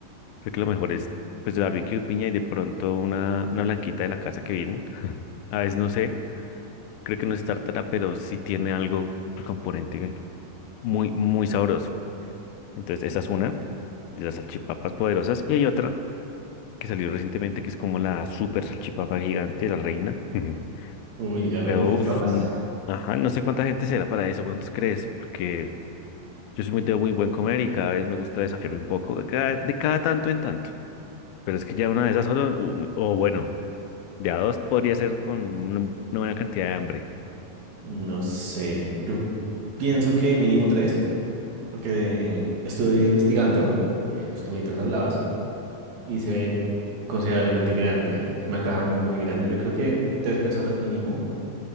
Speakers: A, on the left; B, on the right.
A: Creo que lo mejor es, pues, el barbecue, de piña y de pronto una, una blanquita de la casa que vienen. <laughs> A veces no sé, creo que no es tártara, pero sí tiene algo, un componente muy, muy sabroso. Entonces, esa es una de las salchipapas poderosas. Y hay otra que salió recientemente, que es como la super salchipapa gigante, la reina. <laughs>
B: Uy, ¿la reina
A: Pero,
B: de las salchipapas?
A: uff, ajá, no sé cuánta gente será para eso, cuántos crees, porque yo soy muy de muy buen comer y cada vez me gusta desafiarme un poco, de cada, de cada tanto en tanto. Pero es que ya una de esas solo, u- o bueno. De a dos podría ser con una, una buena cantidad de hambre.
B: No sé. Yo pienso que mínimo tres, porque estuve investigando, eh, justo mientras hablabas, y se ve considerablemente grande. Es una caja muy, muy grande. Yo creo que tres personas mínimo,